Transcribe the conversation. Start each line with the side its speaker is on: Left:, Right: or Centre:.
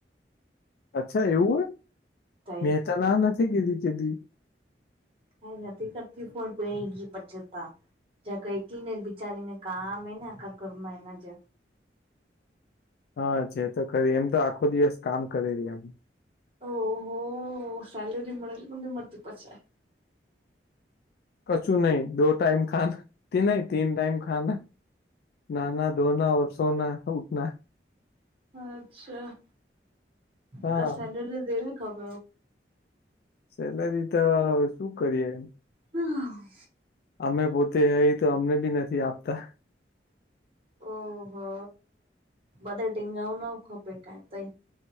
Left: અચ્છા એવું હોય
Right: તઈ
Left: મેં ત ના નથી કીધી કેધી
Right: હ નથી કરતી ફોન પ ગી પચતા જ ક એકલી ને બિચારી ને કામ એ ને આખા ઘરમાં એના જ
Left: હા છે તો ખરી એમ તો આખો દિવસ કામ કરી ર્યા એમ
Right: ઓહો સેલેરી મળેલી મમ્મી મળતી પછે.
Left: કશું નહી દો ટાઈમ ખા નહી તીન ટાઈમ ખાાન નાના ધોના સોના ઉઠના
Right: અચ્છાેવી
Left: હા
Right: ખ
Left: સેલરી તો શું કરીએ.
Right: હ.
Left: અમે પોતે હ તો અમને બી નથી આપતા.
Right: ઓહો બધા ટીંગાઓ ના ખપે કઈ તઈ.